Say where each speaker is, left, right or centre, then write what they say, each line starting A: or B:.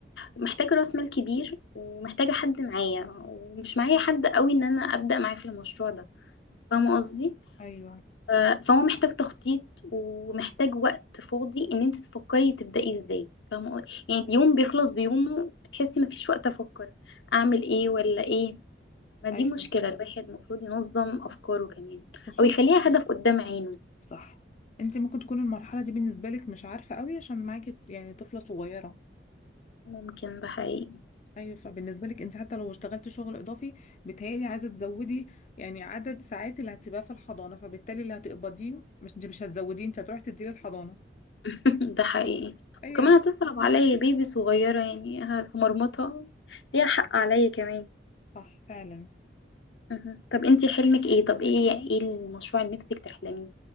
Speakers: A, on the left; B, on the left.
A: محتاجه راس مال كبير ومحتاجه حد معايا ومش معايا حد قوي ان انا ابدا معاه في المشروع ده فاهمه قصدي
B: ايوه
A: ف- فهو محتاج تخطيط ومحتاج وقت فاضي ان انت تفكري تبدأي ازاي فاهمة قصدي؟ يعني اليوم بيخلص بيومه تحسي مفيش وقت افكر اعمل
B: <laughs>
A: ايه ولا ايه ما دي
B: ايوه
A: مشكلة الواحد المفروض ينظم افكاره كمان
B: خصوصا
A: او يخليها هدف قدام عينه
B: صح انت ممكن تكون المرحله دي بالنسبه لك مش عارفه قوي عشان معاكي يعني طفله صغيره
A: ممكن ده حقيقي
B: ايوه فبالنسبه لك انت حتى لو اشتغلت شغل اضافي بتهيألي عايزه تزودي يعني عدد ساعات اللي هتسيبها في الحضانه فبالتالي اللي هتقبضيه مش انت مش هتزوديه انت هتروحي تديه للحضانه
A: <laughs> ده حقيقي
B: ايوه
A: وكمان هتصعب عليا بيبي صغيرة يعني هتمرمطها ليها حق عليا كمان
B: صح فعلا
A: مهم. طب انتي حلمك ايه طب ايه ايه المشروع اللي نفسك تحلميه